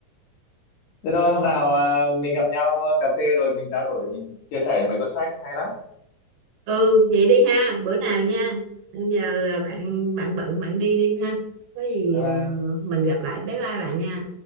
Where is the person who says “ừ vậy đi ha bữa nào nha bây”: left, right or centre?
Right